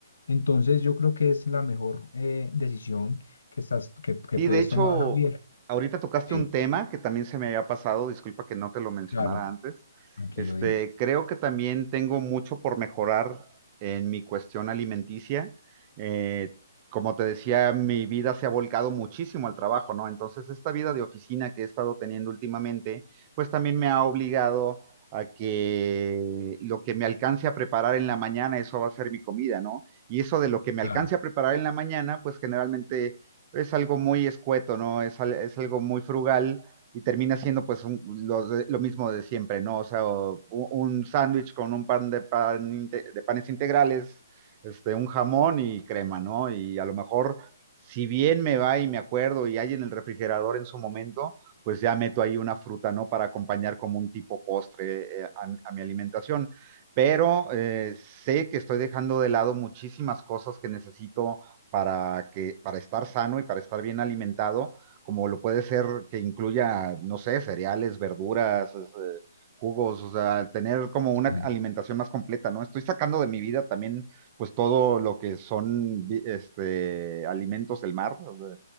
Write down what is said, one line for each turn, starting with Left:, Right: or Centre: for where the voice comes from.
Left: Entonces yo creo que es la mejor eh, decisión que estás, que, que
Right: Y
Left: puedes
Right: de hecho,
Left: tomar, Javier.
Right: ahorita tocaste
Left: Sí,
Right: un tema que también se me había pasado, disculpa que no te lo mencionara
Left: claro,
Right: antes.
Left: tranquilo,
Right: Este,
Left: dime.
Right: creo que también tengo mucho por mejorar en mi cuestión alimenticia. Eh, como te decía, mi vida se ha volcado muchísimo al trabajo, ¿no? Entonces, esta vida de oficina que he estado teniendo últimamente, pues también me ha obligado a que lo que me alcance a preparar en la mañana, eso va a ser mi comida, ¿no? Y eso de lo que me
Left: Claro,
Right: alcance a preparar en la mañana, pues generalmente es algo muy escueto, ¿no? Es, al- es algo muy frugal y termina siendo pues un- lo, de- lo mismo de siempre, ¿no? O sea, o u- un sándwich con un pan de, pan inte- de panes integrales, este, un jamón y crema, ¿no? Y a lo mejor, si bien me va y me acuerdo y hay en el refrigerador en su momento, pues ya meto ahí una fruta, ¿no? Para acompañar como un tipo postre eh, a, a mi alimentación. Pero eh, sé que estoy dejando de lado muchísimas cosas que necesito para, que, para estar sano y para estar bien alimentado, como lo puede ser que incluya, no sé, cereales, verduras, es, eh, jugos, o sea, tener como una
Left: sí.
Right: alimentación más completa, ¿no? Estoy sacando de mi vida también, pues todo lo que son vi- este, alimentos del mar, o sea,